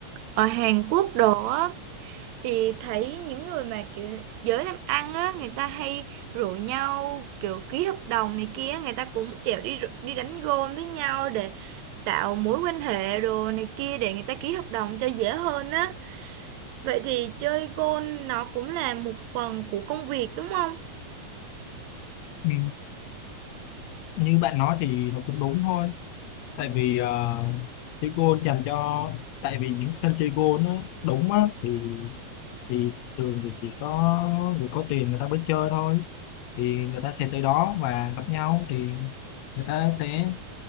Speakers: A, on the right; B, on the left.
A: ở Hàn Quốc đồ á thì thấy những người mà kiểu giới làm ăn á người ta hay rủ nhau kiểu ký hợp đồng này kia người ta cũng kiểu đi rủ- đi đánh gôn với nhau để tạo mối quan hệ đồ này kia để người ta ký hợp đồng cho dễ hơn á Vậy thì chơi golf nó cũng là một phần của công việc đúng không?
B: Ừ. như bạn nói thì nó cũng đúng thôi tại vì uh, cái goal dành cho tại vì những sân chơi goal nó đúng á thì thì thường thì chỉ có người có tiền người ta mới chơi thôi thì người ta sẽ tới đó và gặp nhau thì người ta sẽ